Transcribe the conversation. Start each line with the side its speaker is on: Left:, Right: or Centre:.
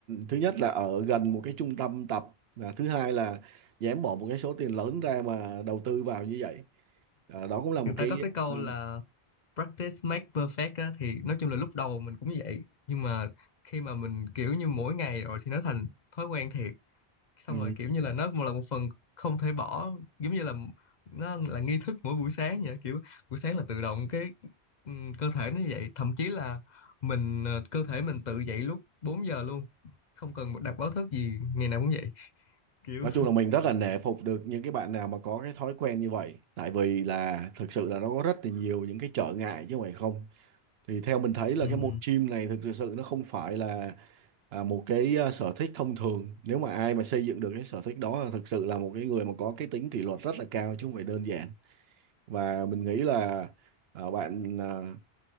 Right: thứ nhất là ở gần một cái trung tâm tập và thứ hai là dám bỏ một cái số tiền lớn ra mà đầu tư vào như vậy À, đó cũng là một
Left: người
Right: cái
Left: ta có cái câu
Right: à,
Left: là practice make perfect á, thì nói chung là lúc đầu mình cũng vậy nhưng mà khi mà mình kiểu như mỗi ngày rồi thì nó thành thói quen thiệt xong
Right: ừ.
Left: rồi kiểu như là nó một là một phần không thể bỏ giống như là nó là nghi thức mỗi buổi sáng vậy kiểu buổi sáng là tự động cái ừm, cơ thể nó như vậy thậm chí là mình ờ, cơ thể mình tự dậy lúc 4 giờ luôn không cần đặt báo thức gì ngày nào cũng vậy kiểu
Right: nói chung là mình rất là nể phục được những cái bạn nào mà có cái thói quen như vậy tại vì là thực sự là nó có rất là nhiều những cái trở ngại chứ không phải không thì theo mình thấy là
Left: ừm,
Right: cái môn gym này thực sự nó không phải là à, một cái à, sở thích thông thường nếu mà ai mà xây dựng được cái sở thích đó là thực sự là một cái người mà có cái tính kỷ luật rất là cao chứ không phải đơn giản và mình nghĩ là à, bạn à,